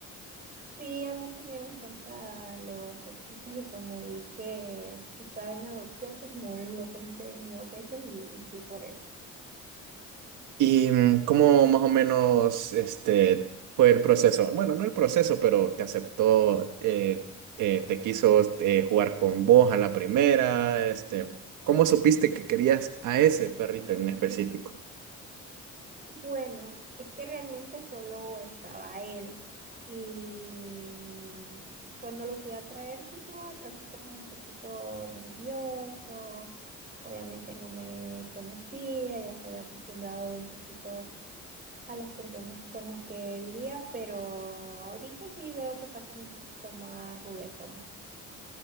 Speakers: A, on the right (about 30°); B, on the right (about 85°).
A: Sí, a mí también me encantan los salchichas y cuando vi que estaba en adopción, pues no lo pensé ni dos veces y, y fui por él.
B: ¿Y mm, cómo más o menos este, fue el proceso? Bueno, no el proceso, pero te aceptó, eh, eh, te quiso eh, jugar con vos a la primera, este, ¿cómo supiste que querías a ese perrito en específico?
A: Bueno, es que realmente solo estaba él. Y mm, cuando lo fui a traer, sí estaba así como un poquito nervioso. Obviamente no me conocía, ya se había acostumbrado un poquito a las personas con las que vivía, pero ahorita sí veo que está como un poquito más juguetón.